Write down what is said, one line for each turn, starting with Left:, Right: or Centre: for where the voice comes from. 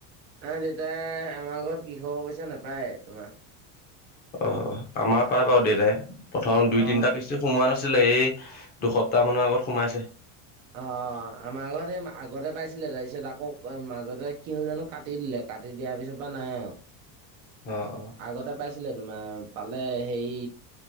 Right: অ দেউতাই আমাৰ ঘৰত কৃষকৰ পইচা নাপায় তোমাৰ
Left: অ আমাৰ পাই বাৰু দেউতাই প্ৰথম দুই
Right: অ
Left: তিনিটা কিস্তি সোমোৱা নাছিল ছিলে এই দুসপ্তাহ মানৰ আগত সোমাইছে
Right: অ আমাৰ আগত এই আগতে পাইছিলে তাৰপিছত আকৌ মাজতে কি হল জানো কাটি দিলে কাটি দিয়াৰ পিছত পৰা নাই আৰু
Left: অ অ
Right: আগতে পাইছিলে তোমাৰ পালে হেৰি